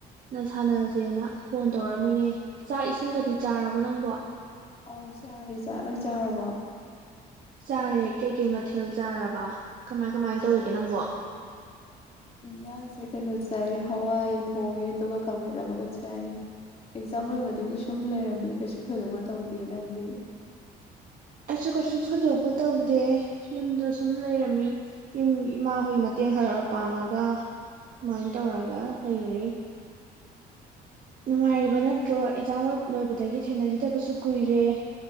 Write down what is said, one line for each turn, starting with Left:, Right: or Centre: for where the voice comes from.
Right: ꯅꯪ ꯁꯥꯟꯅꯁꯦꯅ ꯐꯣꯟ ꯇꯧꯔꯛꯝꯃꯤꯅꯦ ꯆꯥꯛ ꯏꯁꯤꯡꯒꯗꯤ ꯆꯥꯔꯕꯣ ꯅꯪꯕꯣ
Left: ꯑꯧ ꯆꯔꯦ ꯆꯥ ꯅꯪ ꯆꯥꯔꯕꯣ
Right: ꯇꯥꯔꯦ ꯀꯩꯀꯩ ꯃꯊꯦꯜ ꯆꯥꯔꯕ ꯀꯃꯥꯏ ꯀꯃꯥꯏ ꯇꯧꯔꯤꯒꯦ ꯅꯪꯕꯣ
Left: ꯏꯟꯖꯥꯡꯁꯦ ꯀꯩꯅꯣ ꯆꯥꯏ ꯍꯋꯥꯏ ꯊꯣꯡꯉꯦ ꯑꯗꯨꯒ ꯀꯥꯎꯒꯦꯠꯅꯕꯒ ꯆꯥꯏ ꯑꯦꯛꯖꯥꯝ ꯂꯣꯏꯕꯗꯒꯤ ꯁꯨꯝ ꯂꯩꯔꯝꯃꯤ ꯀꯩꯁꯨ ꯊꯣꯏꯗꯣꯛꯄ ꯇꯧꯗꯦ ꯅꯪꯗꯤ
Right: ꯑꯩꯁꯨ ꯀꯩꯁꯨ ꯊꯣꯏꯗꯣꯛꯄ ꯇꯧꯗꯦ ꯌꯨꯝꯗ ꯁꯨꯝ ꯂꯩꯔꯝꯃꯤ ꯌꯨꯝ ꯏꯃꯥ ꯍꯣꯏꯒꯤ ꯃꯇꯦꯡ ꯈꯔ ꯄꯥꯡꯉꯒ ꯁꯃꯥꯏꯅ ꯇꯧꯔꯒ ꯂꯩꯔ ꯅꯨꯡꯉꯥꯏꯔꯤꯕ ꯅꯠꯇ꯭ꯔꯣ ꯏꯟꯖꯥꯡꯣꯏ ꯂꯣꯏꯕꯗꯒꯤ ꯊꯦꯡꯅꯈꯤꯗꯕꯁꯨ ꯀꯨꯏꯔꯦ